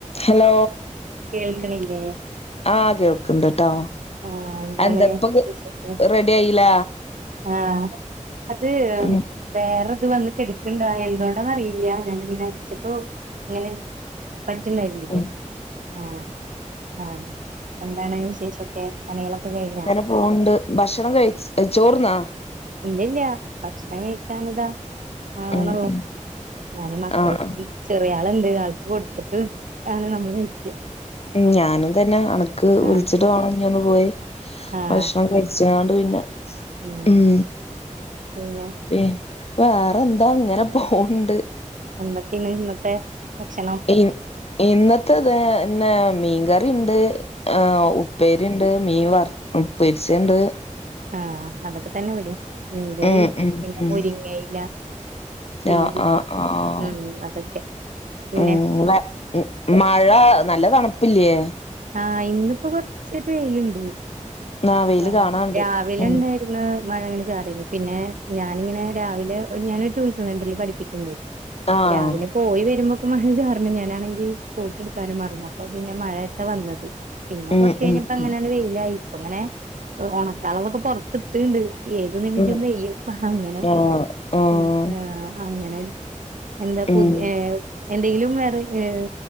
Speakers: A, on the left; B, on the right.
A: ഹലോ
B: കേൾക്കണില്ലേ
A: ആഹ് കേൾക്കണ്ട് ട്ടോ
B: ആഹ് എന്താണ്
A: എന്താപ്പൊ
B: വിശേഷൊക്കെ
A: റെഡി ആയില്ല
B: ആഹ് അത്
A: ഉം
B: വേറെത് വന്ന് കെട ക്ക്ണ്ടോ എന്തൊണ്ടാന്ന് അറിയില്ല ഞാനിങ്ങനെ അടിച്ചപ്പോ ഇങ്ങനെ പറ്റ്ണ്ടായിരുന്നില്ല
A: ഉം
B: ആഹ് ആഹ് എന്താണ് വിശേഷൊ ക്കെ പണികളൊക്കെ കഴിഞ്ഞോ?
A: ഓഹ് ഉണ്ട് ഭക്ഷണം കഴിച്ച് ചോർന്നോ
B: ഇല്ലല്ല ഭക്ഷണം കഴിക്കാൻ ഇതാ ആവണൊള്ളു
A: ആഹ്
B: ഞാന് മക്കൾക്ക്
A: ആഹ്
B: ചെറിയാൾ ഇണ്ട് ആൾക്ക് കൊടുത്തിട്ട് ആണ് നമ്മള് കഴ്ക്കാ
A: ഉം ഞാനും തന്നെ അണക്ക് വിളിച്ചിട്ട്
B: ആഹ്
A: വാണം ഇനി ഒന്ന് പോയി
B: ആഹ്
A: ഭക്ഷണം കഴി ച്ചാണ്ട് പിന്നെ
B: ഉം
A: ഉം
B: പിന്നെ
A: പി വേറെന്താ ഇങ്ങനെ പോവ്ണ്ട്
B: എന്തൊക്കെയാണ് ഇന്നത്തെ ഭക്ഷണം
A: ഇൻ ഇന്നത്തെ അതെന്നെ മീൻകറിണ്ട് ആഹ് ഉപ്പേ രിണ്ട് മീൻ വർ പൊരിച്ചണ്ട്
B: ആഹ് അതൊക്കെ തന്നെ ഇവടിം മീൻകറി
A: ഉം ഉം
B: പിന്നെ
A: ഉം
B: മുരിങ്ങയില പേര്
A: ആഹ് ആഹ് ആഹ്
B: ഉം അതൊക്കെ പിന്നെ
A: ഉം വ ഉം മഴ നല്ല തണുപ്പില്ലേ
B: ആഹ് ഇന്നിപ്പോ കൊറച്ചൊരു വെയില്ണ്ട്
A: ആ വെയില്
B: ആഹ്
A: കാണാണ്ട്
B: രാവിലെണ്ട്
A: ഉം
B: ഇന്ന് മഴ ഇങ്ങനെ ചാറീരുന്നു പിന്നെ ഞാനിങ്ങനെ രാവിലെ ഞാനൊരു ട്യൂഷൻ സെന്ററിൽ പഠിപ്പിക്ക്ണ്ട് അപ്പൊ
A: ആഹ്
B: രാവിലെ പോയി വരുമ്പോക്കും മഴ ചാർണ് ഞാനാണെങ്കി കോട്ട് എടുക്കാനും മറന്ന് അപ്പൊ പിന്നെ മഴ വന്നത് പിന്നെ
A: ഉം
B: കൊറച്ച് കഴിഞ്ഞപ്പോ
A: ഉം ഉം
B: അങ്ങനണ് വെയിലായി ഇപ്പോ ഇങ്ങനെ ഒണക്കാളളതൊക്കെ പൊറത്തിട്ട്ണ്ട് ഏത് നിമിഷം
A: ഉം
B: പെയ്യും അങ്ങനെ
A: ആഹ് ആഹ്
B: ഉം ആഹ് അങ്ങനെ എന്താ
A: ഉം
B: പുതിയ ഏഹ് എന്തെങ്കിലും വേറെ ഏഹ്